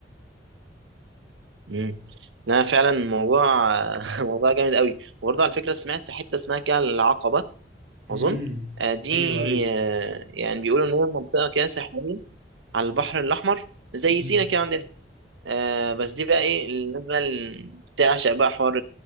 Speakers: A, on the right; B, on the right.
A: ايه لا فعلا الموضوع <laughs> موضوع جامد قوي وبرضه على فكره سمعت حته اسمها كده العقبه
B: امم
A: اظن آه، دي
B: أيوه
A: آه، يعني بيقولوا ان هي منطقه كده ساحليه على البحر الاحمر زي
B: أيوه
A: سينا كده عندنا آه، بس دي بقى ايه الناس بقى اللي بتعشق بقى حوار